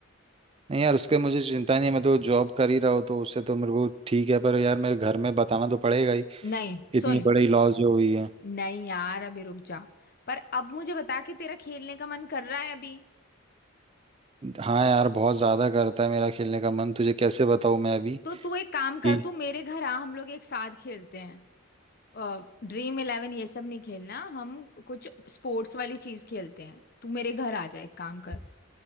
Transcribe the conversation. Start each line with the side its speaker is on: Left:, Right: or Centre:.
Right: नहीं यार उसके मुझे चिंता नहीं है मैं तो जॉब कर ही रहा हूँ तो उससे तो मेरे को ठीक है पर यार मेरे घर में बताना तो पड़ेगा ही
Left: नहीं
Right: इतनी
Left: सुन
Right: बड़ी लॉस जो हुई है
Left: नहीं यार अभी रुक जा पर अब मुझे बता कि तेरा खेलने का मन कर रहा है अभी
Right: हाँ यार बहुत ज्यादा करता है मेरा खेलने का मन तुझे कैसे बताऊं मैं अभी
Left: तो तू एक काम कर
Right: कि
Left: तू मेरे घर आ हम लोग एक साथ खेलते हैं ड्रीम इलेवन ये सब नहीं खेलना हम कुछ स्पोर्ट्स वाली चीज खेलते हैं तू मेरे घर आ जा एक काम कर